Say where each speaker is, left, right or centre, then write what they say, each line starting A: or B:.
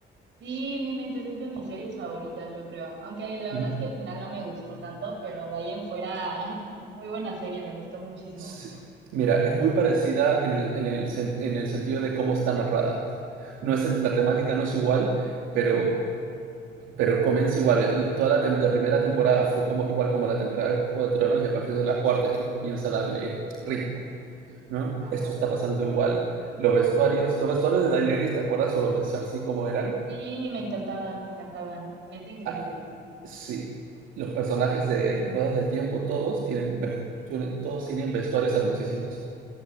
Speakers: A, on the right; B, on the right.
A: Sí, no inventes, es de mis series favoritas, yo creo. Aunque la verdad
B: Mm,
A: es que el final no me gustó tanto, pero de ahí en fuera, <laughs> muy buena serie, me gustó muchísimo.
B: sí. Mira, es muy parecida en el, en el sen- en el sentido de cómo está narrada. No es el- la temática no es igual, pero Pero comienza igual, el- toda la, tem- la primera temporada fue como, igual como la temporada de Juego de Tronos y a partir de la cuarta es que comienza a darle ritmo, ¿no?
A: Ah,
B: Esto
A: vale.
B: está pasando igual. Los vestuarios, los vestuarios de Daenerys, ¿te acuerdas? O los de Cersei, ¿cómo eran?
A: Sí, me encantaban, me encantaban. Neta increíbles.
B: Ah, sí, los personajes de las Ruedas del Tiempo, todos tienen, mej- tienen- todos tienen vestuarios hermosísimos.